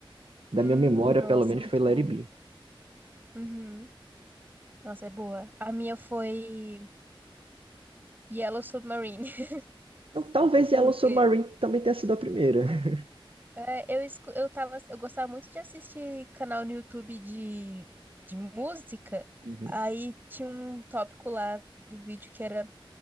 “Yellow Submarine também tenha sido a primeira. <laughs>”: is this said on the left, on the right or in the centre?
Right